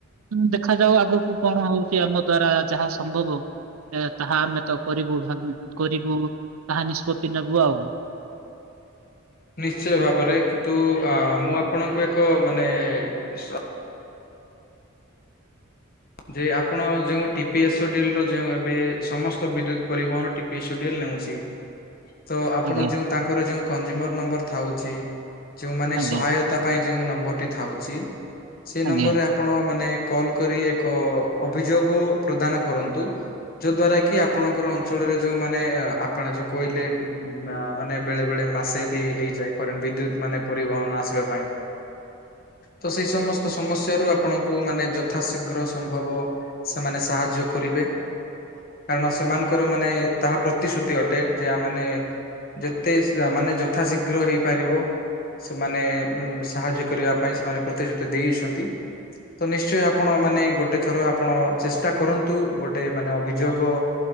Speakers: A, on the right (about 80°); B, on the left (about 45°).
A: ହଁ ଦେଖାଯାଉ ଆଗକୁ କଣ ହଉଛି ଆମ ଦ୍ଵାରା ଯାହା ସମ୍ଭବ। ତାହା ଆମେ ତ କରିବୁ ଭାବ କରିବୁ ତାହା ନିଷ୍ପତ୍ତି ନେବୁ ଆଉ।
B: ନିଶ୍ଚୟ ଭାବରେ କିନ୍ତୁ ଅ ମୁଁ ଆପଣଙ୍କୁ ଏକ ମାନେ ସ ଯେ ଆପଣ ଯୋଉ ଟିପି ଏସ୍ ଡ ର ଯଉଁ ଏବେ ସମସ୍ତ ବିଦ୍ୟୁତ ପରିବହନ। <unintelligible> ତ ଆପଣ
A: ଆଜ୍ଞା
B: ଯୋଉ ତାଙ୍କର ଯୋଉ କନଜୁମର ନମ୍ବର ଥାଉଛି ଯୋଉମାନେ
A: ଆଜ୍ଞା
B: ସହାୟତ ପାଇଁ ଯେଉଁ ନମ୍ବର ଟି ଥାଉଛି ସେ
A: ଆଜ୍ଞା
B: ନମ୍ବର୍ ରେ ଆପଣ ମାନେ କଲ୍ କରି ଏକ ଏକ ଅଭିଯୋଗ ପ୍ରଦାନ କରନ୍ତୁ। ଯୋଉ ଦ୍ଵାରା କି ଆପଣଙ୍କର ଅଞ୍ଚଳରେ ଯୋଉମାନେ ଆପଣ ଯୋଉ କହିଲେ ଉ ମାନେ ବେଳେ ବେଳେ ମାସେ ବି ହେଇଯାଏ କରେଣ୍ଟ ବିଦ୍ୟୁତ ମାନେ ପରିବହନ ଆସିବା ପାଇଁ। ତ ସେଇ ସମସ୍ତ ସମସ୍ୟାରୁ ଆପଣଙ୍କୁ ମାନେ ଯଥାଶୀଘ୍ର ସମ୍ଭବ ସେମାନେ ସାହାଯ୍ୟ କରିବେ। କାରଣ ସେମାନଙ୍କର ମାନେ ତାହା ପ୍ରତିଶ୍ରୁତି ଅଟେ ଯା ମାନେ ଯେତେ ସ ମାନେ ଯଥାଶୀଘ୍ର ହେଇପାରିବ। ସେମାନେ ଉ ସାହାଯ୍ୟ କରିବା ପାଇଁ ସେମାନେ ପ୍ରତିଶ୍ରୁତି ଦେଇଛନ୍ତି। ତ ନିଶ୍ଚୟ ଆପଣ ମାନେ ଗୋଟେ ଏ ଥର ଆପଣ ଚେଷ୍ଟା କରନ୍ତୁ ଗୋଟେ ମାନେ ଅଭିଯୋଗ